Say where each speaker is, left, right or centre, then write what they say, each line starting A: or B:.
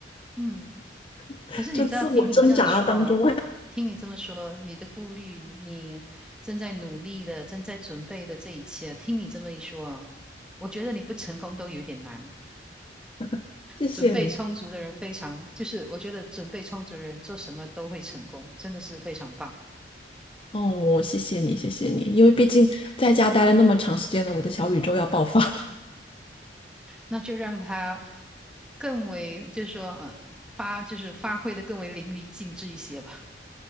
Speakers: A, in the centre; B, on the left.
A: 嗯。
B: <laughs>
A: 可是你知道，
B: 就自我挣扎当中，
A: 听你这样说哦，听你这么说，你的顾虑，你你正在努力的，正在准备的这一切，听你这么一说哦，我觉得你不成功都有点难。
B: <laughs> 谢谢你。
A: 准备充足的人非常，就是我觉得准备充足的人做什么都会成功，真的是非常棒。
B: 哦，谢谢你，谢谢你，因为毕竟在家待了那么长时间了，我的小宇宙要爆发
A: 那就让他更为，就是说，呃，发，就是发挥的更为淋漓尽致一些吧。